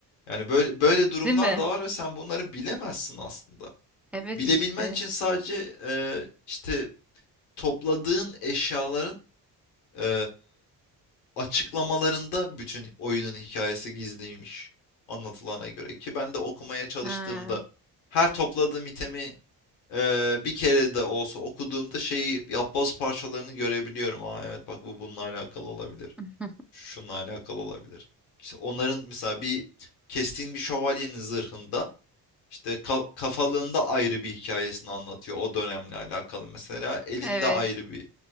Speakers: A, on the left; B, in the centre.
A: Yani böyle böyle durumlar
B: değil mi?
A: da var ve sen bunları bilemezsin aslında.
B: Evet
A: Bilebilmen
B: işte
A: için sadece e, işte topladığın eşyaların e, açıklamalarında bütün oyunun hikayesi gizliymiş anlatılana göre ki ben de okumaya çalıştığımda
B: ha.
A: her topladığım itemi eee, bir kere de olsa okuduğumda şeyi yapboz parçalarını görebiliyorum. Aa evet bak bu bununla alakalı olabilir.
B: <laughs>
A: Şununla alakalı olabilir. İşte onların mesela bir kestiğin bir şövalyenin zırhında işte ka- kafalığında ayrı bir hikayesini anlatıyor o dönemle alakalı mesela elinde
B: evet
A: ayrı bir